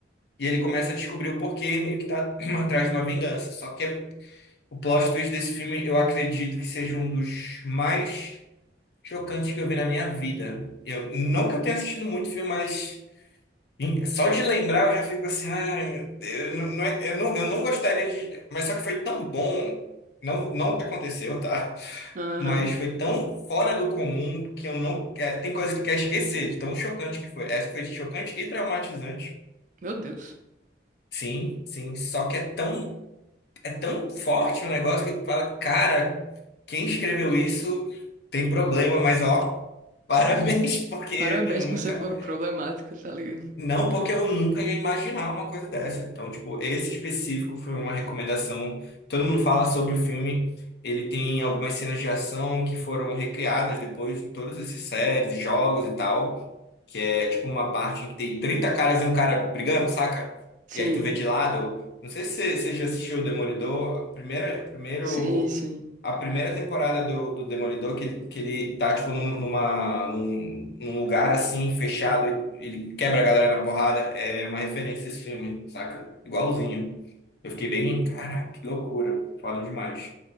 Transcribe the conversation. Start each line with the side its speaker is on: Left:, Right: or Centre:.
Left: E ele começa a descobrir o porquê e meio que tá <clears throat> atrás de uma vingança. Só que o plot twist desse filme, eu acredito que seja um dos mais chocantes que eu vi na minha vida. Eu, não que eu tenha assistido muito filme, mas em- só de lembrar eu já fico assim, ai meu Deus, não, não é- eu não, eu não gostaria de. Mas só que foi tão bom, não, não o que aconteceu, tá?
Right: Aham,
Left: Mas foi tão fora do comum que eu não quero. Tem coisa que eu quero esquecer, de tão chocante que foi. Essa foi chocante e traumatizante.
Right: Meu Deus.
Left: Sim, sim. Só que é tão, é tão forte o negócio que tu fala, cara, quem escreveu isso tem problema, mas ó, parabéns, <laughs> porque
Right: Parabéns
Left: eu nunca.
Right: por ser pro- problemático, tá ligado?
Left: Não, porque eu nunca ia imaginar uma coisa dessa. Então, tipo, esse específico foi uma recomendação. Todo mundo fala sobre o filme. Ele tem algumas cenas de ação que foram recriadas depois em todas essas séries, jogos e tal. Que é, tipo, uma parte em que tem 30 caras e um cara brigando, saca?
Right: Sim.
Left: E aí tu vê de lado. Não sei se você você já assistiu o Demolidor. O primeiro, o primeiro
Right: Sim, sim.
Left: a primeira temporada do, do Demolidor, que ele, que ele tá, tipo, num, numa, num, num lugar, assim, fechado, e ele quebra a galera na porrada, é uma referência a esse filme, saca? Igualzinho. Eu fiquei bem, caraca, que loucura. Foda demais.